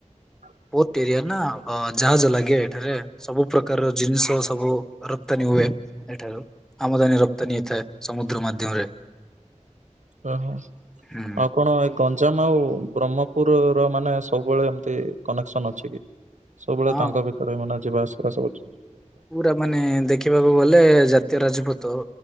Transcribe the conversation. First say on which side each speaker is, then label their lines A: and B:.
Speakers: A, on the right; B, in the centre.
A: ହଉ
B: ପୋର୍ଟ ଏରିଆ ନା ଅ ଜାହାଜ ଲାଗେ ଏଠାରେ ସବୁ ପ୍ରକାରର ଜିନିଷ ସବୁ ରପ୍ତାନୀ ହୁଏ। ଏଠାରୁ ଆମଦାନୀ ରପ୍ତାନୀ ହେଇଥାଏ ସମୁଦ୍ର ମାଧ୍ୟମରେ।
A: ଓହୋ
B: ହୁଁ
A: ଆଉ କଣ ଏକ ଗଞ୍ଜାମ ଆଉ ବ୍ରହ୍ମପୁରର ମାନେ ସବୁବେଳେ ଏମିତି କନେକ୍ସନ୍ ଅଛି କି? ସବୁବେଳେ
B: ହଁ
A: ତାଙ୍କ ଭିତରେ ମାନେ ଯିବା ଆସିବା ସବୁଛି।
B: ପୁରା ମାନେ ଦେଖିବାକୁ ଗଲେ ଜାତୀୟ ରାଜପୁତ ଆଉ